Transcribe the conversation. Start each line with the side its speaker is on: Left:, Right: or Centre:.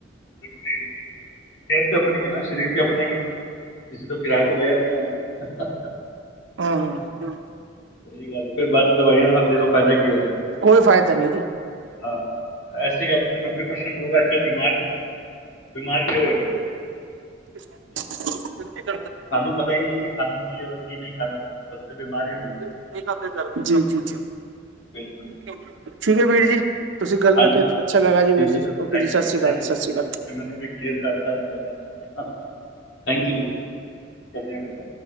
Left: ਸਹੀ। ਸਿਹਤ ਆਪਣੀ ਹੈ ਨਾ, ਸਰੀਰ ਸਰੀਰ ਤੇ ਆਪਣਾ ਹੀ ਹੈ ਕਿਸੇ ਤੋਂ ਕਿਰਾਏ ਤੇ ਲਿਆ ਨੀ ਹੋਇਆ।
Right: ਆ ਹੂ।
Left: ਸਹੀ ਗੱਲ ਹੈ ਫਿਰ ਬਾਅਦ ਚ ਦਵਾਈਆਂ ਖਾਂਦੇ ਰਹੋ, ਫਾਇਦਾ ਕੀ ਹੋਇਆ।
Right: ਕੋਈ ਫਾਇਦਾ ਨਹੀਂ ਜੀ।
Left: ਹਾਂ, ਐਸੇ ਕਰਕੇ ਨੱਬੇ ਪਰਸੈਂਟ ਲੋਕ ਆਜ-ਕੱਲ ਬਿਮਾਰ ਨੇ। ਬਿਮਾਰ ਕਿਉਂ ਹੋਈਏ।
Right: <unintelligible> ਕਰ
Left: ਸਾਨੂੰ ਪਤਾ ਹੀ ਨਹੀਂ ਅਸੀਂ ਖਾਣਾ ਕੀ ਹੈ ਔਰ ਕੀ ਨਹੀਂ ਖਾਣਾ ਉਸ ਤੇ ਬਿਮਾਰੀ ਹੋਵਾਂਗੇ ਨਾ
Right: <unintelligible> ਚਲੋ ਬਾਦ ਚ ਕਰਦੇ। ਜੀ, ਜੀ ਠੀਕ ਹੈ।
Left: ਬਿਲਕੁਲ ਜੀ
Right: ਠੀਕ ਹੈ ਬਈ ਜੀ। ਤੁਸੀਂ ਗੱਲ
Left: ਹਾਂਜੀ
Right: ਕਰਕੇ ਅੱਛਾ ਲੱਗਾ ਜੀ,
Left: ਠੀਕ
Right: ਵੀਰ
Left: ਹੈ
Right: ਜੀ।
Left: ਸਰ
Right: ਓਕੇ
Left: ਥੈਂਕ
Right: ਜੀ ਸਤਿ
Left: you
Right: Shri Akal,
Left: thank you
Right: ਸਤਿ
Left: ਸੋ
Right: ਸ਼੍ਰੀ
Left: ਮਚ
Right: ਅਕਾਲ।
Left: ਤੁਸੀਂ ਮੈਨੂੰ ਵੀ ਕਲੀਅਰ ਕਰਤਾ ਜਾਏਗਾ, ਥੈਂਕ ਯੂ ਜੀ, ਫਿਰ